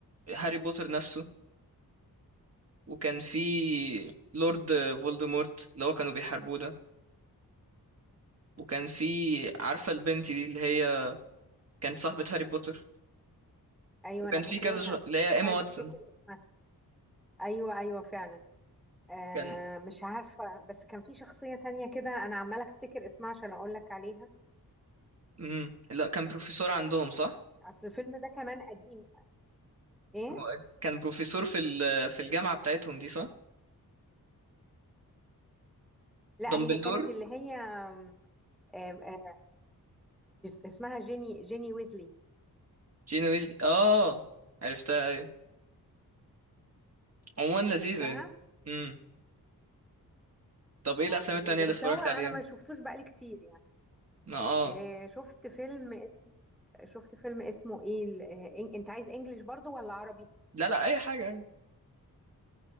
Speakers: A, on the right; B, in the centre.
A: هاري بوتر نفسه وكان في لورد فولدمورت اللي هو كانوا بيحاربوه ده وكان في عارفة البنت دي اللي هي كانت صاحبة هاري بوتر
B: ايوه
A: وكان
B: انا فاكراها
A: في كذا شخ... اللي هي
B: بس
A: إيما
B: عايزة
A: واتسون
B: افتكر اسمها ايوه ايوه فعلا آه،
A: كان
B: مش عارفة بس كان في شخصية تانية كده انا عمالة افتكر اسمها عشان اقول لك عليها
A: مم. لا كان بروفيسور عندهم صح؟
B: اصل الفيلم ده كمان قديم ايه
A: هو كان بروفيسور في ال- في الجامعة بتاعتهم دي صح؟
B: لا
A: دامبلدور
B: هي كانت اللي هي آم، آم، آه، اسمها جيني جيني ويزلي
A: جين ويزلي اه عرفتها ايوه عموما لذيذة
B: عرفتها
A: يعني امم طب ايه
B: اه
A: الافلام التانية
B: لذيذة
A: اللي
B: بس
A: اتفرجت
B: هو انا
A: عليها؟
B: ما شفتوش بقالي كتير يعني
A: اه
B: آه، شفت فيلم شفت فيلم اسمه ايه ال- آه، إن- انت عايز انجليش برضو ولا عربي
A: لا لا اي حاجة يعني